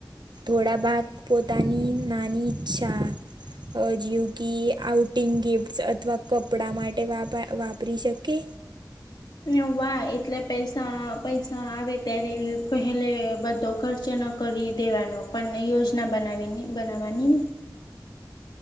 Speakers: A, on the right; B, on the left.
A: થોડા ભાગ પોતાની નાની ઈચ્છા અ જેવું કી આઉટિંગ ગિફ્ટ્સ અથવા કપડાં માટે વાપ વાપરી શકે.
B: અને એવો વાહ એટલે પૈસા પૈસા આવે ત્યારે પહેલે બધો ખર્ચ ન કરી દેવાનો પણ યોજના બનાવીને બનાવવાની નહી.